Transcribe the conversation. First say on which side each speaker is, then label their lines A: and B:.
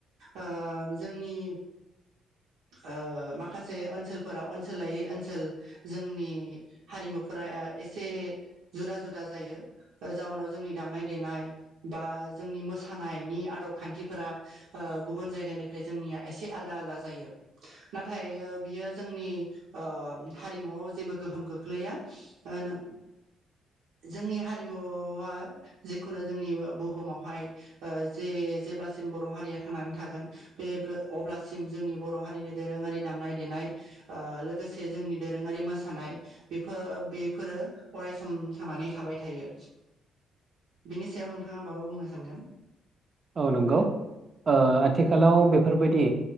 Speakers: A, on the right; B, on the right.
A: ओ जोंनि ओ माखासे ओनसोलफोरााव ओनसोलायै ओनसोल। जोंनि हारिमुफोरा एसे जुदा जुदा जायो जाउनाव जोंनि दामनाय देनाय बा जोंनि मोसानायनि आदब खान्थिफोरा ओ गुबुन जायगानिफ्राय जोंनिया एसे आलदा आलदा जायो। नाथाय बियो जोंनि ओ हारिमुआव जेबो गोहोम खोख्लैया। ओ नोंजोंनि हारिमु जिखुनु जोंनि बुहुमावहाय जे जेब्लासिम बर' हारिया ओं थागोन, बे ब्ले अब्लासिम जोंनि बर' हारिनि दोरोङारि दामनाय देनाय ओ लोगोसे जोंनि दोरोङारि मोसानाय बेफोर बेफोरो अरायसम थांनानै थाबाय थायो। बिनि सायाव नोंथाङा माबा बुंनो सानगोन।
B: औ नंगौ, ओ आथिखालाव बेफोरबायदि